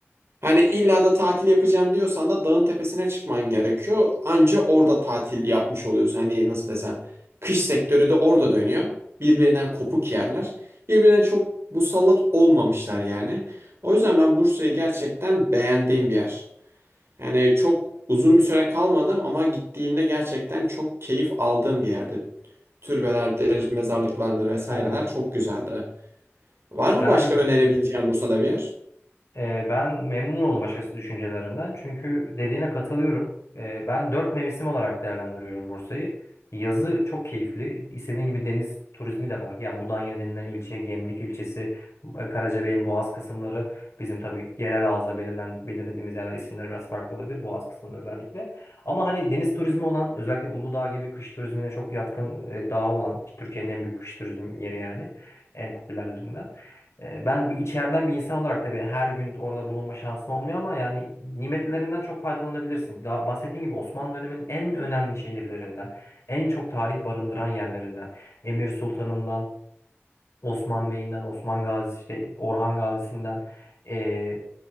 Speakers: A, on the right (about 65°); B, on the left (about 75°).
A: Hani illa da tatil yapacağım diyorsan da dağın tepesine çıkman gerekiyor. Anca orada tatil yapmış oluyorsun. Hani nasıl desem kış sektörü de orada dönüyor. Birbirinden kopuk yerler. Birbirine çok musallat olmamışlar yani. O yüzden ben Bursa'yı gerçekten beğendiğim bir yer. Yani çok uzun bir süre kalmadım ama gittiğimde gerçekten çok keyif aldığım bir yerde. Türbelerdir, mezarlıklardır vesaireler
B: Evet.
A: çok güzeldi. Var mı
B: Ben
A: başka önerebileceğin Bursa'da bir yer?
B: Ee, ben memnun oldum açıkçası düşüncelerinden. Çünkü dediğine katılıyorum. Ee, ben dört mevsim olarak değerlendiriyorum Bursa'yı. Yazı çok keyifli. İstediğin gibi deniz turizmi de var. Yani Mudanya denilen ilçe, Gemlik ilçesi, e, Karacabey'in Boğaz kısımları. Bizim tabii yerel ağızda belirlen, belirlediğimiz yerler isimleri biraz farklı olabilir. Boğaz kısmında özellikle. Ama hani deniz turizmi olan özellikle Uludağ gibi kış turizmine çok yatkın e, dağı olan ki Türkiye'nin en büyük kış turizm yeri yani en popülerlerinden. E, Ben bir içeriden bir insan olarak tabii her gün orada bulunma şansım olmuyor ama yani nimetlerinden çok faydalanabilirsin. Daha bahsettiğim gibi Osmanlı döneminin en önemli şehirlerinden, en çok tarih barındıran yerlerinden, Emir Sultan'ından, Osman Bey'inden, Osman Gazi, işte Orhan Gazi'sinden, e,